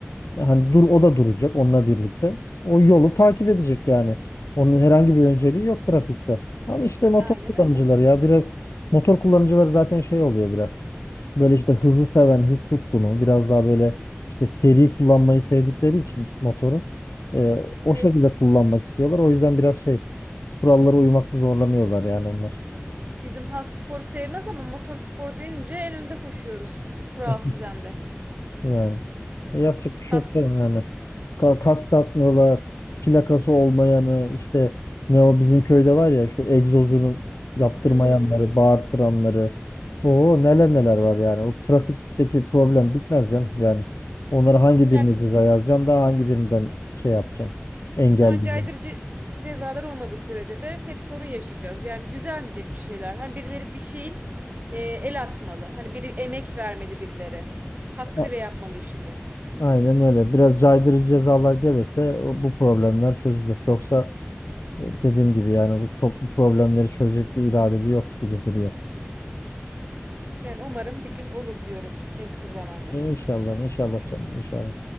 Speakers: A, on the left; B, on the right.
A: Hani dur o da duracak onunla birlikte. O yolu takip edecek yani. Onun herhangi bir önceliği yok trafikte. Ama işte motor
B: Aynen
A: kullanıcıları
B: öyle.
A: ya biraz motor kullanıcıları zaten şey oluyor biraz. Böyle işte hızlı seven, hız tutkunu, biraz daha böyle işte seri kullanmayı sevdikleri için motoru e, o
B: Evet.
A: şekilde kullanmak istiyorlar. O yüzden biraz şey kurallara uymakta zorlanıyorlar yani onlar.
B: Bizim halk sporu sevmez ama motor spor deyince en önde koşuyoruz. Kuralsız
A: <laughs>
B: hem de.
A: Yani. Yapacak bir şey
B: Kas.
A: yok canım yani. Ka- kask takmıyorlar. Plakası olmayanı işte ne o bizim köyde var ya şu egzozunu yaptırmayanları,
B: Hmm.
A: bağırttıranları. O neler neler var yani. O trafikteki problem bitmez canım. Yani onlara hangi
B: Ya
A: birine ceza yazacaksın da hangi birinden şey yapacaksın. Engelleyeceksin.
B: ama caydırıcı cezalar olmadığı sürece de hep sorun yaşayacağız. Yani düzelmeyecek bir şeyler. Hani birileri bir şeyin e, el atmalı. Hani biri emek vermeli birileri. Hakkıyla
A: A-
B: yapmalı işini.
A: Aynen öyle. Biraz caydırıcı cezalar gelirse o- bu problemler çözülür. Yoksa e, dediğim gibi yani bu çok bu problemleri çözecek bir irade de yok gibi duruyor.
B: Yani umarım bir gün olur diyorum en kısa zamanda.
A: İnşallah, inşallah canım, inşallah.